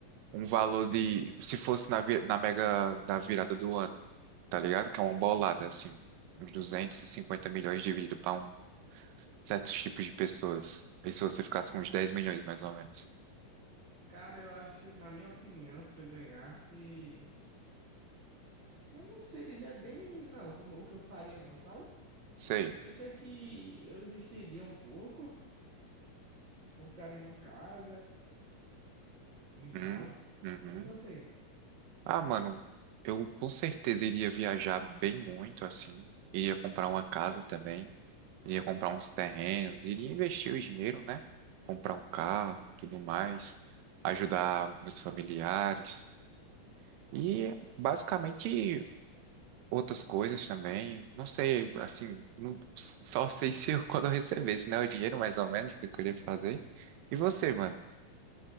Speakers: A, on the right (about 85°); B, on the right (about 25°).
A: um valor de, se fosse na, vi- na mega da virada do ano, tá ligado? Que é uma bolada,
B: hum,
A: assim, uns 250 milhões dividido pra um certos tipos de pessoas. E se você ficasse com uns 10 milhões, mais ou menos?
B: cara, eu acho, na minha opinião, se eu ganhasse, eu não sei dizer bem não, como o que eu faria não, sabe?
A: Sei.
B: Eu sei que eu investiria um pouco, compraria uma casa e tal.
A: Hum, uhum.
B: E você?
A: Ah, mano, eu com certeza iria viajar bem muito, assim. Iria comprar uma casa também. Iria comprar uns terrenos. Iria investir o dinheiro, né? Comprar um carro e tudo mais. Ajudar meus familiares. E basicamente outras coisas também. Não sei, assim, não- só <laughs> sei se eu, quando eu recebesse, né? O dinheiro, mais ou menos, que eu queria fazer. E você, mano?